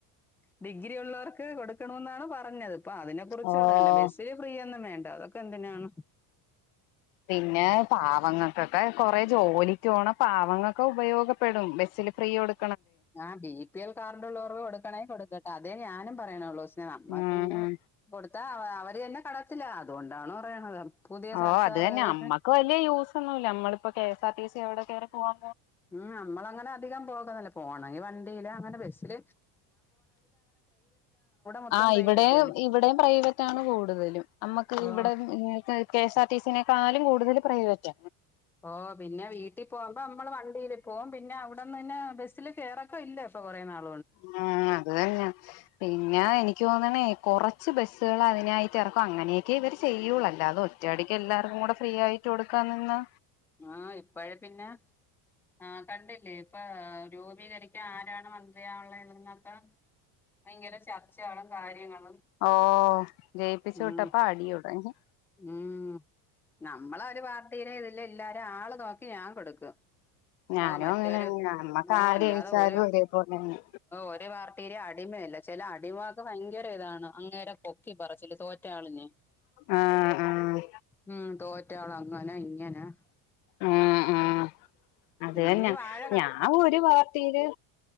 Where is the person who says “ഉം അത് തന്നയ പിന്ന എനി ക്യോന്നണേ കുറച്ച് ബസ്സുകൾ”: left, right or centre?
Left